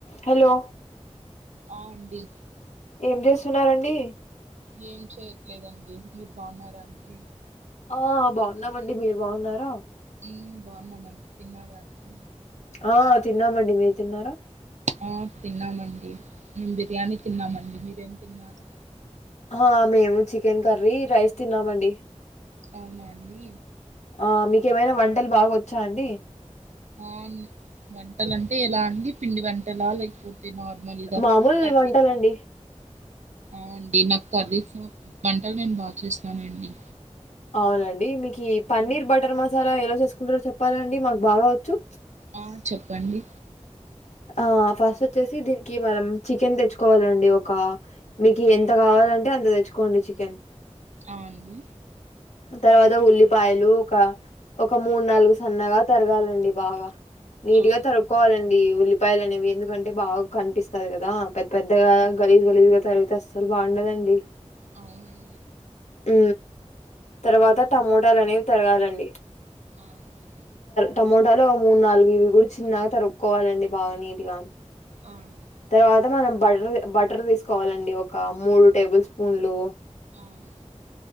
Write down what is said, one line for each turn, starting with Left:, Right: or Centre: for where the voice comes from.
Left: హలో
Right: ఆ అండి
Left: ఏం జేస్సున్నారండి
Right: ఏం చేయట్లేదండి మీర్ బావున్నారా అండి
Left: ఆ బావున్నామండి మీరు బాగున్నారా
Right: ఉం బావున్నామండి తిన్నారా అండి
Left: ఆ తిన్నామండి మీర్ తిన్నారా
Right: ఆ తిన్నామండి మేం బిర్యానీ తిన్నామండి మీరేం తిన్నారు.
Left: ఆ మేము చికెన్ కర్రీ రైస్ తిన్నామండి.
Right: అవునా అండి
Left: ఆ మీకేమైనా వంటల్ బాగా వచ్చా అండి
Right: ఆన్ వంటల్ అంటే ఎలా అండి పిండి వంటలా లేక్పో తి నార్మల్గా
Left: మామూలు
Right: కర్రీసా
Left: వంటలండి
Right: ఔండి నాక్ కనీసం వంటల్ నేన్ బా చేస్తానండి
Left: అవ్నండి మీకి పన్నీర్
Right: ఆ
Left: బటర్ మస్ జరా ఎలా చేసుకుంటారో చెప్పరా అండి మాక్ బాగావచ్చు
Right: ఆ చెప్పండి
Left: ఆ ఫస్ట్ వచ్చేసి దీనికి మనం చికెన్ దెచ్చుకోవాలండి ఒక మీకు
Right: ఆ
Left: ఎంత కావాలంటే అంత తెచ్చుకోండి చికెన్.
Right: అవును.
Left: తర్వాత ఉల్లిపాయలు ఒక ఒక మూడు నాలుగు సన్నగా తరగాలండి. బాగా నీట్గా
Right: ఆ అండి
Left: తరుక్కోవాలండి. ఉల్లిపాయలు అనేవి ఎందుకంటే బాగా కనిపిస్తాది కదా పెద్ద పెద్దగా
Right: ఆ,
Left: గలీజ్ గలీజ్గా తరిగితే అస్సలు బాగుండదండి.
Right: అవునండి
Left: మ్ తరువాత
Right: ఆ
Left: టమోటాలు అనేవి తరగాలండి.
Right: ఆ అండి
Left: టమోటాలు మూడు నాలుగు ఇవి కూడా చిన్నగా తరుగుకోవాలండి బాగా నీటిగా.
Right: అవును
Left: తర్వాత మనం బటర్ తీసుకోవాలండి. ఒక మూడు టేబుల్ స్పూన్లు.
Right: ఆ అండి